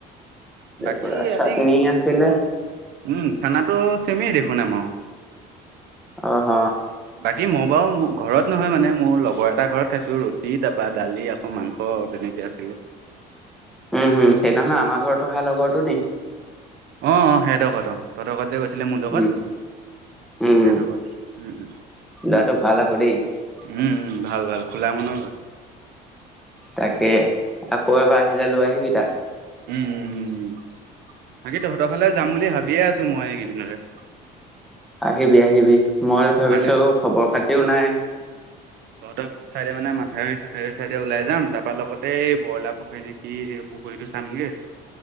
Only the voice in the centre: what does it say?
তাৰপৰা চাটনি
আছিলে
অঁহ।
উম হম সেইদিনা খন আমাৰ ঘৰত অহা লগৰটো নি।
উম উম
ল'ৰাটো ভাল আকৌ দেই
তাকে আকৌ এবাৰ আহিলে লৈ আহিবি তাক।
আহিবি আহিবি মই
ভাবিছোঁ
খবৰ খাতিওঁ নাই।